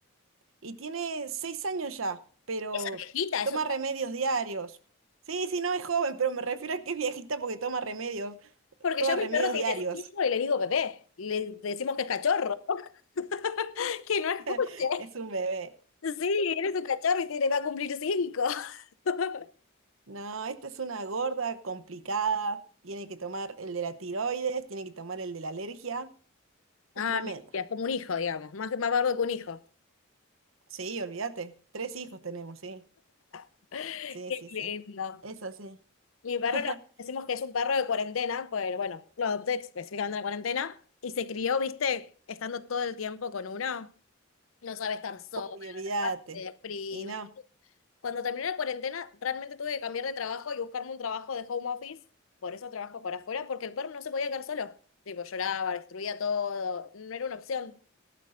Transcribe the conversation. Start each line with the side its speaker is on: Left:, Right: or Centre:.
Right: y tiene seis años ya, pero
Left: Esa viejita, eso
Right: toma
Left: está.
Right: remedios diarios. Sí, sí, no es joven, pero me refiero a que es viejita porque toma remedios,
Left: Porque
Right: toma
Left: yo a
Right: remedios
Left: mi perro tiene
Right: diarios.
Left: cinco y le digo bebé. Y le decimos que es cachorro. <laughs> Que no escuche.
Right: <laughs> Es un bebé.
Left: Sí, eres un cachorro y tiene, va a cumplir cinco. <laughs>
Right: No, esta es una gorda complicada. Tiene que tomar el de la tiroides, tiene que tomar el de la alergia.
Left: Ah,
Right: Es tremenda.
Left: mi tía, es como un hijo, digamos, más, más bardo que un hijo.
Right: Sí, olvídate. Tres hijos tenemos, sí.
Left: <laughs> Qué
Right: Sí, sí,
Left: lindo.
Right: sí. Es sí.
Left: Mi perro,
Right: <laughs>
Left: no- decimos que es un perro de cuarentena, pues bueno, lo adopté específicamente en la cuarentena y se crió, viste, estando todo el tiempo con uno. No sabe estar solo,
Right: Uy, olvídate.
Left: te deprime.
Right: Y no,
Left: Cuando terminé la cuarentena, realmente tuve que cambiar de trabajo y buscarme un trabajo de home office. Por eso trabajo para afuera, porque el perro no se podía quedar solo. Tipo, lloraba, destruía todo. No era una opción.